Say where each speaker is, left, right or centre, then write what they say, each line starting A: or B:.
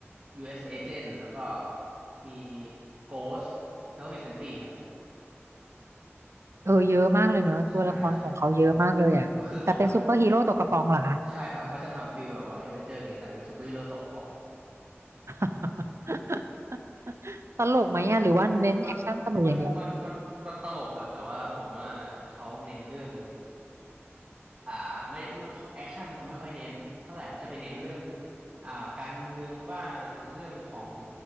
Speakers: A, on the right; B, on the right.
A: US Agent แล้วก็มีโกสแล้วก็มีเซนทรีครับ
B: เออเยอะมากเลยเนอะตัวละครของเขาเยอะมากเลยอ่ะแต่เป็นซูเปอร์ฮีโร่ตกกระป๋องเหรอคะ
A: ใช่ใช่มึมึคือเขาก็ใช่ครับเขาจะทำฟิลแบบว่าเอเวนเจอร์อย่างเงี้ยแต่เป็นซูเปอร์ฮีโร่ตกป่อง
B: <laughs> ตลกไหมอ่ะหรือว่าเน้นแอคชั่นสนุกอย่างเดียว
A: มันมันมันมันมันตลกครับแต่ว่าผมว่าเขาเน้นเรื่อง อ่าไม่ไม่แอคชั่นเขาไม่ค่อยเน้นเท่าไหร่เขาจะไปเน้นเรื่องอ่าการเมืองบ้างเรื่องของ